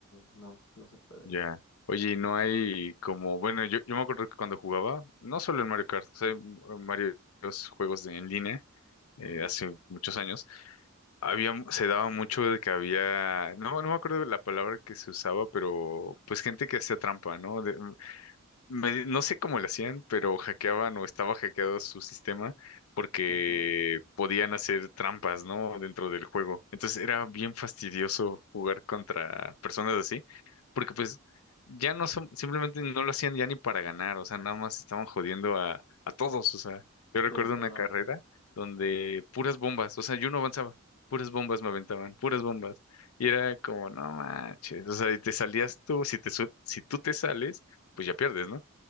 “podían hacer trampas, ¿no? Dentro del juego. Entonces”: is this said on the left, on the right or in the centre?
Left